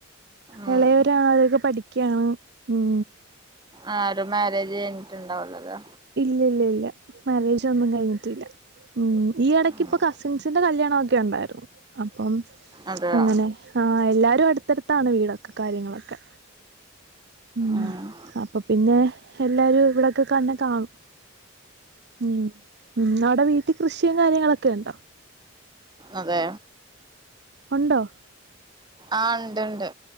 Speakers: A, on the right (about 20°); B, on the right (about 55°).
A: ഉം
B: ഇളയര പഠിക്ക കൃ ഉം
A: ആ ഒരു മാരേജ് കഴിഞ്ഞിട്ട്ണ്ടാവുല്ലേ.
B: ഇല്ല ഇല്ല ഇല്ല മാരേജ് ഒന്നും കഴിഞ്ഞിട്ടില്ല. ഉ ഈ ഇടക്ക്
A: ഉം
B: ഇപ്പ കസിൻസിന്റെ കല്യാണം ഒക്കെ ഉണ്ടായിരുന്നു. <unintelligible> അപ്പം
A: അതെയോ
B: അങ്ങനെ ആ എല്ലരും അടു എടുത്തെടുത്താണ് വീടൊക്കെ കാര്യങ്ങളൊക്കെ. ഉ
A: ഉം
B: അപ്പൊ പിന്നെ എല്ലാരും ഇവിടെക്കെ കന്നെ കാണും. ഉം ഉ അവടെ വീ കൃഷിയും കാര്യങ്ങളൊക്കെ ഇണ്ടോ?
A: അതെ
B: ഉണ്ടോ
A: ആ ഉണ്ട് ഉണ്ട്.